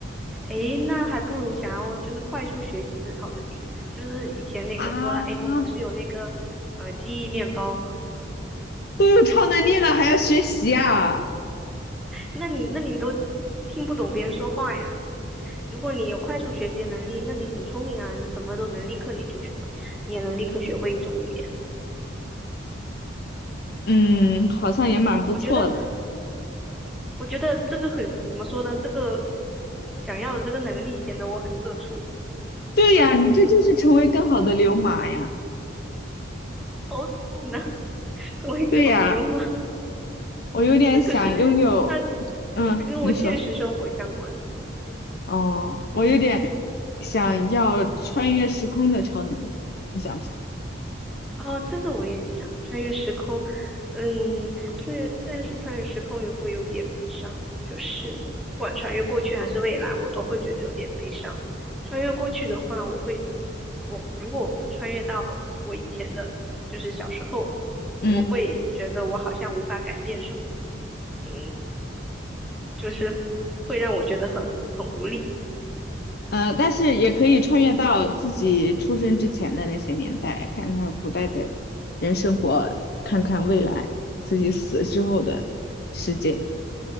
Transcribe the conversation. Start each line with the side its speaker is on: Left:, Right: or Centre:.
Centre: 诶，那还不如想要就是快速学习的超能力，就是以前那个哆啦
Left: 啊？
Centre: A 梦不是有那个呃记忆面包吗？
Left: 都有超能力了还要学习啊？
Centre: 那你那你都听不懂别人说话呀。我如果你有快速学习的能力，那你很聪明啊，你什么都能立刻你就学会，你也能立刻学会一种语言。
Left: 嗯，好像也蛮不错的。
Centre: 我觉得我觉得这个很怎么说呢？这个想要的这个能力显得我很社畜，
Left: 对呀，你这就是成为更好的流氓呀。
Centre: 好惨呐、<laughs> 成为更好的牛马。
Left: 对呀。我有点想拥有，
Centre: 那可是它
Left: 嗯，
Centre: 它跟我现实生活相关。
Left: 你说，哦，我有点想要穿越时空的超能力，你想不想？
Centre: 哦，这个我也想穿越时空，嗯，穿越，但是穿越时空也会有点悲伤，就是不管穿越过去还是未来，我都会觉得有点悲伤。穿越过去的话，我会，我如果我穿越到我以前的，就是小时候，
Left: 嗯，
Centre: 我会觉得我好像无法改变什么，嗯，就是会让我觉得很很无力。
Left: 呃，但是也可以穿越到自己出生之前的那些年代，看看古代的人生活，看看未来自己死之后的世界，